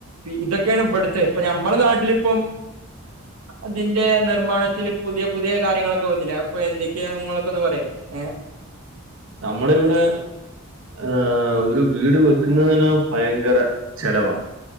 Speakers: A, on the right; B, on the right.
A: ഇതൊക്കെയാണ് ഇവിടുത്തെ ഇപ്പ നഞമ്മളുടെ നാട്ടിലിപ്പം ഇതിന്റെ നിർമ്മാണത്തിൽ. പുതിയ പുതിയ കാര്യങ്ങളൊക്കെ വന്നിലെ അപ്പൊ എന്തൊക്കെയാണ് നിങ്ങളൊക്ക ഒന്ന് പറയും ഏ
B: നമ്മള ഇവിടെ. ആഹ്‌ ഒരു വീട് വെക്കുന്നനെ ഭയങ്കര ചെലവാ.